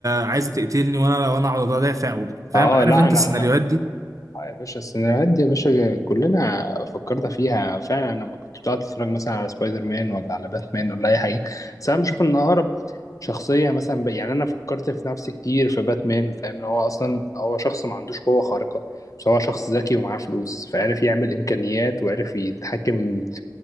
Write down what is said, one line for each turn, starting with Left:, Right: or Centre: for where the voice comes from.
Right: عايزه تقتلني وانا وانا اقعد ادافع و- فاهم
Left: اه
Right: عارف
Left: لا
Right: انت
Left: انا
Right: السيناريوهات
Left: انا
Right: دي
Left: اه يا باشا السيناريوهات دي يا باشا كلنا فكرنا فيها فعلا لما كنت بتقعد تتفرج مثلا على سبايدر مان ولا على باتمان ولا اي حاجه بس انا بشوف ان اقرب شخصيه مثلا ب... يعني انا فكرت في نفسي كتير في باتمان فاهم ان هو اصلا هو شخص ما عندوش قوه خارقه بس هو شخص ذكي ومعاه فلوس فعرف يعمل امكانيات وعرف يتحكم